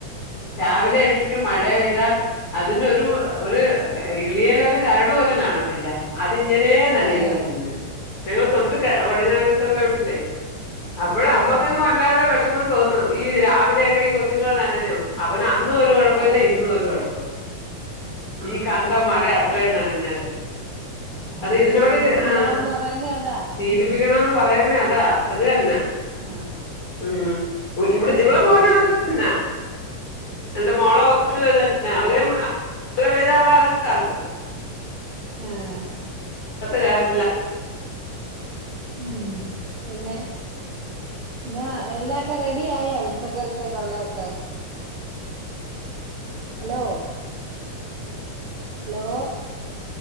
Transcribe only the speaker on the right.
ആഹ്
ആഹ്
ആഹ്
ആഹ്
ആഹ്
അതാ
ആഹ്
ശീലിപ്പിക്കണോന്ന്
<unintelligible>
ആഹ്
ആഹ്
ആഹ്
ഉം
ആഹ്
ഉം പിന്നെ ലാ എല്ലാക്കെ റെഡിയായോ ഉച്ചക്കാൽത്തേക്കുള്ളൊക്കെ ഹലോ ഹലോ